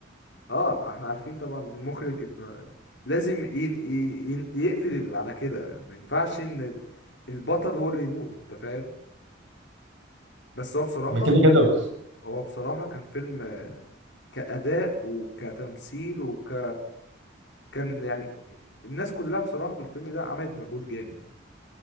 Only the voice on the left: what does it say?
اه احنا عارفين طبعا المخرج ان لازم ين... ين... يقفل على كده ما ينفعش ان البطل هو اللي يموت انت فاهم بس هو بصراحة
هو بصراحة كان فيلم كأداء وكتمثيل وك كان يعني الناس كلها بصراحة في الفيلم ده عملت مجهود جامد